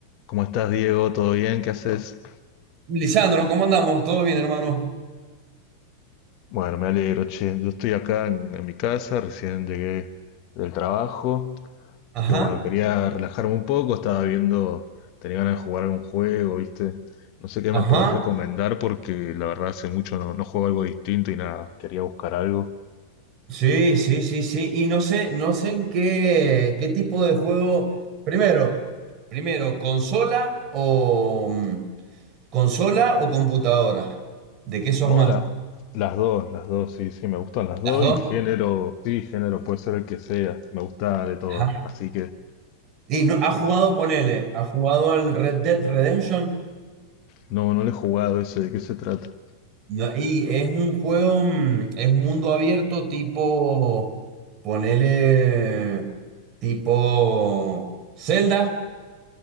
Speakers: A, on the left; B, on the right.
A: ¿Cómo estás, Diego? ¿Todo bien? ¿Qué haces?
B: Lisandro, ¿cómo andamos? ¿Todo bien, hermano?
A: Bueno, me alegro, che. Yo estoy acá en, en mi casa, recién llegué del trabajo.
B: Ajá,
A: Así que bueno, quería relajarme un poco, estaba viendo, tenía ganas de jugar algún juego, ¿viste? No sé qué
B: ajá.
A: me podés recomendar porque la verdad hace mucho no, no juego algo distinto y nada, quería buscar algo.
B: Sí, sí, sí, sí. Y no sé, no sé en qué, qué tipo de juego. Primero, primero, consola o consola o computadora. ¿De qué sos
A: No,
B: más?
A: la- las dos, las dos, sí, sí, me gustan las
B: ¿Las
A: dos
B: dos?
A: y género, sí, género puede ser el que sea, me gusta de todo.
B: Ajá.
A: Así que
B: Y no, ha jugado, ponele, ha jugado al Red Dead Redemption.
A: no, no le he jugado ese, ¿de qué se trata?
B: No, y es un juego, mm, es mundo abierto, tipo, ponele, tipo Zelda.